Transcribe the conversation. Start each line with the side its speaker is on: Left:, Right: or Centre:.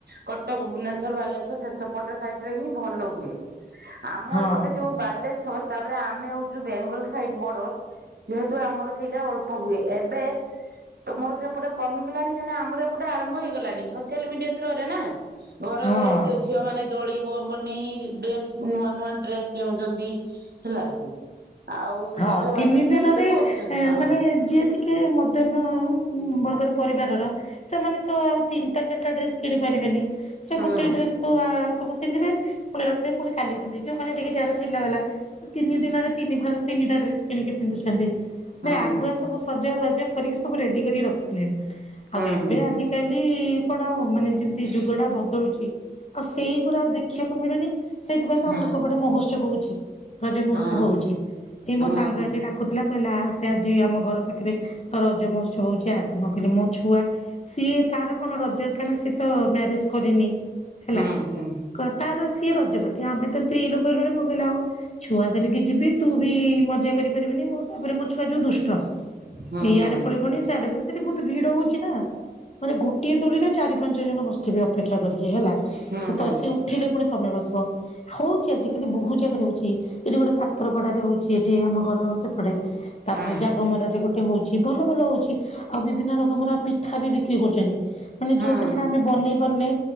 Right: କଟକ ଭୁବନେଶ୍ୱର ବାଲେଶ୍ଵର ସେ ସେପଟ ସାଇଡ୍ ରେ ହିଁ ଭଲ ହୁଏ। ଆମ
Left: ହଁ।
Right: ଏପଟେ ଯୋଉ ବାଲେଶ୍ୱର ତାପରେ ଆମେ ହଉଛୁ ବେଙ୍ଗଲ ସାଇଡ ବର୍ଡର ଯେହେତୁ ଆମର ସେଇଟା ଅଳ୍ପ ହୁଏ ଏବେ ତମର ସେପଟେ କମିଗଲାନି ହେନେ ଆମର ଏପଟେ ଆରମ୍ଭ ହେଇଗଲାନି ସୋସିଆଲ ମିଡିଆ ଥ୍ରୋରେ ନା। ଘରେ
Left: ହଁ।
Right: ଘରେ ଝିଅ ମାନେ ଦୋଳି ବ ବନେଇ ଡ୍ରେସ ନୂଆ ନୂଆ ଡ୍ରେସ କିଣୁଛନ୍ତି ହେଲା କି? ଆଉ
Left: ହଁ
Right: ସଜବାଜ
Left: ତିନି
Right: ସେମିତି
Left: ଦିନରେ
Right: କରୁଛନ୍ତି ହଁ
Left: ମାନେ ଯିଏ ଟିକେ ମଧ୍ୟମ ବର୍ଗର ପରିବାରର ସେମାନେ ତ ଆଉ ତିନିଟା ଚାରିଟା ଡ୍ରେସ କିଣି ପାରିବେ ସେ
Right: ହଁ।
Left: ଗୋଟି ଏ ଡ୍ରେସକୁୁ ସବୁ ପିନ୍ଧିବେ। ପୁଣି ରଖଦେ ପୁଣି କାଲି ପିନଧିବି ଯୋଉମାନେ ଟିକେ ଯାହାର ଥିଲା ବଲା ସେ ତିନି ଦିନରେ ତିନି ପ୍ର ତିନିଟା ଡ୍ରେସ କିଣିକି ପିନ୍ଧୁଛନ୍ତି।
Right: ହଁ
Left: ବାଈ ଆଗୁଆ ସବୁ ସୁ ସଜ ବାଜ କରିକି ସବୁ ରେଡ଼ି କରିକି ରଖି ସାରିଲେଣି।
Right: ହଁ
Left: ଆଉ ଏବେ ଆଜିକାଲି କଣ ଆଉ ମାନେ ଯେମିତି ଯୁଗ ଟା ବଦଳୁଛି ଆଉ ସେଇଗୁରା ଆଉ ଦେଖିଆକୁ ମିଳୁନି। ସେଥିଇଁ ତ
Right: ହଁ
Left: ଆମର ସବୁ ଆଡ଼େ ମହୋତ୍ସବ ହଉଛି। ରଜ ମହୋତ୍ସବ
Right: ହଁ
Left: ହଉଛି।
Right: ହଁ
Left: ମୋ ସାଙ୍ଗ ଆଜି ଡାକୁଥିଲା କହିଲା ସେ ଆଜି ଆମ ଘର ପାଖରେ ରଜ ମହୋତ୍ସବ ହଉଛି ଆସେ ହେଲେ ମୋ ଛୁଆ ସିଏ ତାର କଣ ରଜ କାହିଁନା ସେ ତ ମ୍ୟାରେଜ କରିନି । ହେଲା
Right: ହଁ ହଁ ହଁ।
Left: କ ତାର ସେ ସିଏ ରଜପତି ଆମେ ତ ସ୍ତ୍ରୀ ଲୋକ ହେଲୁଣି ମୁଁ କହିଲ ଆଉ ଛୁଆ ଧରିକି ଯିବି ତୁ ବି ମଜା କରିପାରିବିନି ମୁଁ ତାପରେ ମୋ ଛୁଆ ଯୋଉ ଦୁଷ୍ଟ ।
Right: ହଁ
Left: ଏଇଆଡେ
Right: ହଁ
Left: ପଳେଇିବଣି ସେ ଆଡେ ପ ସେଠି ବହୁତ ଭିଡ ହଉଛି ନା । ମାନେ ଗୋଟିଏ ଦୋଳିରେ ଚାରି ପାଞ୍ଚ ଜଣ ବସିି ଥିବେ ଅପେକ୍ଷା କରିକି । ଯେ ହେଲା
Right: ହଁ
Left: ତ ତ
Right: ହଁ ହଁ
Left: ସେ ଉଠିଲେ ପୁଣି ତମେ ବସିବ । ହଉଛି ଆଜିକାଲି ବହୁତ ଜାଗାରେ ହଉଛି ଏଠି ଗୋଟେ ପାତ୍ରପଡାରେ ହଉଛି । କିଏ ଏଠି ଆମ ଘର ସେପଡ଼େ ।
Right: ହଁ।
Left: ତାପରେ ଜାଗମରରେ ଗୋଟେ ହଉଛି । ଯି ଭଲ ଭଲ ହଉଛି ଆଉ ବିଭିନ୍ନ ରକମର ପିଠା ବି ବିକ୍ରି କରୁଛନ୍ତି । ମାନେ
Right: ହଁ ହଁ
Left: ଯୋଉ ପିଠା ଟା ଆମେ ବନେଇ ପାରୁନେ